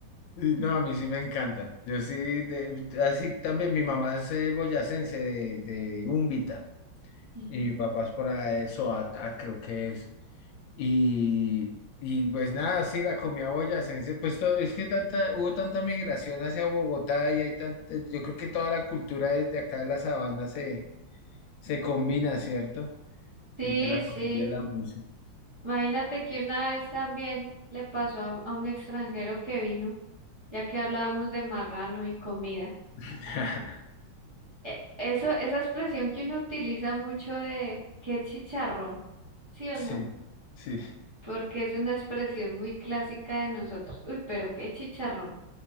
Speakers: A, on the left (about 75°); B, on the right (about 25°).
A: Y No, a mí sí me encantan. Yo sí, de- así también mi mamá es eh, boyacense de, de Úmbita.
B: Ujú.
A: Y papás por eso, Soata, creo que es. Y, y pues nada, sí, la comida boyacense, pues todo es que tanta, hubo tanta migración hacia Bogotá y hay tanta, yo creo que toda la cultura desde acá de la sabana se, se combina, ¿cierto?
B: Sí,
A: Entre la comida
B: sí.
A: y la música.
B: Imagínate que una vez también le pasó a, a un extranjero que vino, ya que hablábamos de marrano y comida.
A: <laughs>
B: E- Eso, esa expresión que uno utiliza mucho de qué chicharrón, ¿sí o
A: Sí,
B: no?
A: sí.
B: Porque es una expresión muy clásica de nosotros. Uy, pero qué chicharrón.